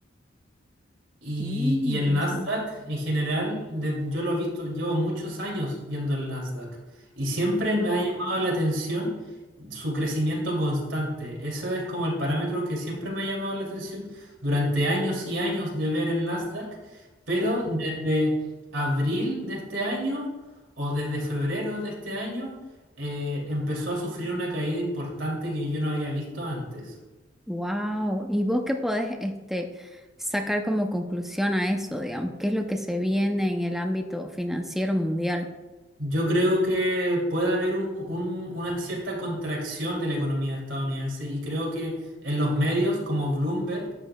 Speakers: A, on the right; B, in the centre.
A: Y,
B: Mm,
A: y
B: interesante.
A: el Nasdaq en general, de- yo lo he visto, llevo muchos años viendo el Nasdaq y siempre me ha llamado la atención su crecimiento constante. Ese es como el parámetro que siempre me ha llamado la atención durante años y años de ver el Nasdaq, pero desde abril de este año o desde febrero de este año eh, empezó a sufrir una caída importante que yo no había visto antes.
B: Wow, ¿y vos qué podés este, sacar como conclusión a eso, digamos? ¿Qué es lo que se viene en el ámbito financiero mundial?
A: Yo creo que puede haber un- un- una cierta contracción de la economía estadounidense y creo que en los medios como Bloomberg